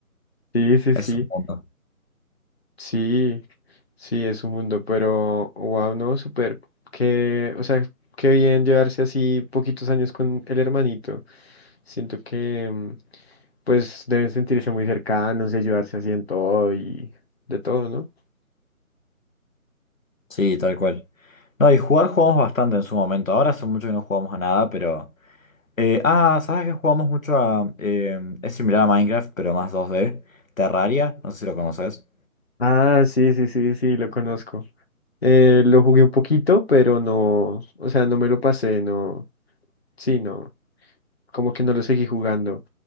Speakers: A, on the left (about 45°); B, on the left (about 65°).
A: Sí, sí,
B: Es
A: sí.
B: un mundo.
A: Sí, sí, es un mundo, pero wow, no, súper. Que, o sea, qué bien llevarse así poquitos años con el hermanito. Siento que, mm, pues, deben sentirse muy cercanos y ayudarse así en todo y de todo, ¿no?
B: Sí, tal cual. No, y jugar jugamos bastante en su momento. Ahora hace mucho que no jugamos a nada, pero. eh, ah, ¿sabes que jugamos mucho a. eh, es similar a Minecraft, pero más dos d Terraria, no sé si lo conoces.
A: Ah, sí, sí, sí, sí, lo conozco. Eh, lo jugué un poquito, pero no, o sea, no me lo pasé, no, sí, no, como que no lo seguí jugando,